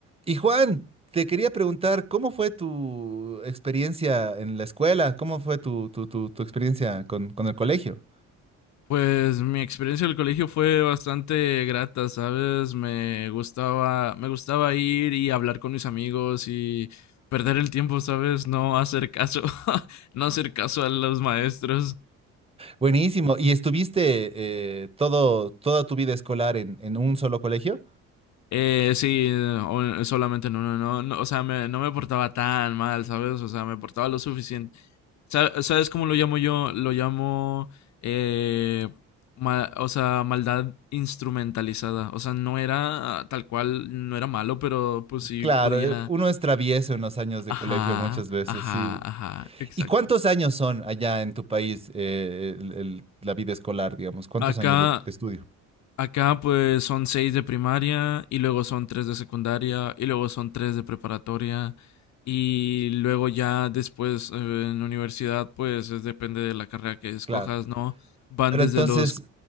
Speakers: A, on the right; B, on the left.
A: Y Juan, te quería preguntar, ¿cómo fue tu experiencia en la escuela? ¿Cómo fue tu, tu, tu, tu experiencia con, con el colegio?
B: Pues mi experiencia del colegio fue bastante grata, ¿sabes? Me gustaba, me gustaba ir y hablar con mis amigos y perder el tiempo, ¿sabes? No hacer caso, <laughs> no hacer caso a los maestros.
A: Buenísimo. ¿Y estuviste eh, todo, toda tu vida escolar en, en un solo colegio?
B: Eh, sí, o- solamente no, no, no, no, o sea, me, no me portaba tan mal, ¿sabes? O sea, me portaba lo suficiente, Sa- ¿Sabes cómo lo llamo yo? Lo llamo, eh, ma- o sea, maldad instrumentalizada. O sea, no era ah, tal cual, no era malo, pero pues sí
A: Claro,
B: podía.
A: eh, uno es travieso en los años de
B: Ajá,
A: colegio muchas veces,
B: ajá,
A: sí.
B: ajá, exacto.
A: ¿Y cuántos años son allá en tu país eh, el- el- la vida escolar, digamos? ¿Cuántos
B: Acá,
A: años de de estudio?
B: acá pues son seis de primaria y luego son tres de secundaria y luego son tres de preparatoria y luego ya después eh, en la universidad pues es- depende de la carrera que escojas,
A: Claro.
B: ¿no? Van
A: Pero
B: desde
A: entonces,
B: los...